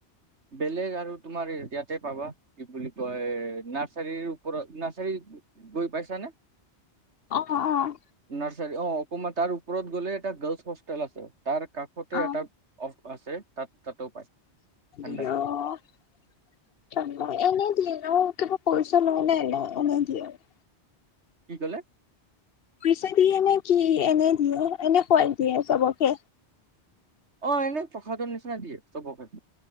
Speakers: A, on the right; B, on the left.
A: বেলেগ আৰু তোমাৰ ইয়াতে পাবা, কি বুলি কয় নাৰ্চাৰীৰ ওপৰত, নাৰ্চাৰী গৈ পাইছানে
B: অ', অ',
A: নাৰচাৰি, অ। সোমা তাৰ ওপৰত গ'লে এটা গাৰ্লছ হোষ্টেল আছে। তাৰ কাষতে
B: অ
A: এটা আছে, তাত তাতো পায়। ঠাণ্ডাই
B: ইয এনে দিয়ে। কেৱল পইচা লৈহে এৰেন? নিদিয়ে দৃ
A: কি কলে?
B: পইচা দিয়ে নে কি এনে দিয়ে এনে খুৱাই দিয়ে চবকে
A: অ' এনেই প্ৰসাদৰ নিচিনা দিয়ে, চবকে।